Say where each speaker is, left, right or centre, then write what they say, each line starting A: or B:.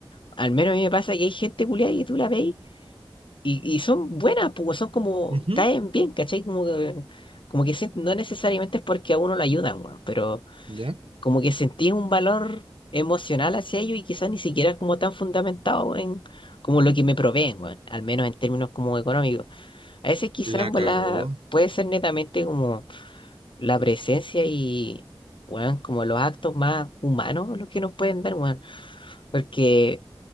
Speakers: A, on the left; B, on the right.
A: al menos a mí me pasa que hay gente culiada y tú la veis y, y son buenas, pues son como,
B: ujú,
A: caen bien, ¿cachai? Como que, como que sien- no necesariamente es porque a uno lo ayudan, weón, pero
B: ya,
A: como que sentís un valor emocional hacia ellos y quizás ni siquiera es como tan fundamentado en como lo que me proveen, weón, al menos en términos como económicos. A veces quizás
B: la
A: en volada
B: cagó.
A: puede ser netamente como la presencia y, weón, como los actos más humanos los que nos pueden dar, weón, porque,